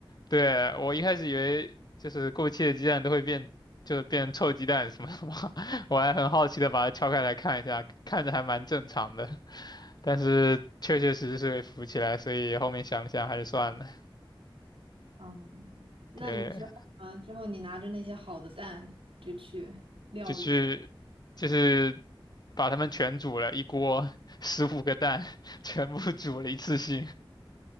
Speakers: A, on the left; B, on the right.
A: 对，我一开始以为就是过期的鸡蛋都会变，就是变臭鸡蛋什么的嘛，<laughs> 我还很好奇的把它敲开来看一下，看着还蛮正常的，但是确确实实是会浮起来，所以后面想了想还是算了。
B: 嗯，那你之后啊，
A: 对，
B: 之后你拿着那些好的蛋就去料理了。
A: 就去就是把它们全煮了一锅，十五个蛋 <laughs> 全部煮了一次性。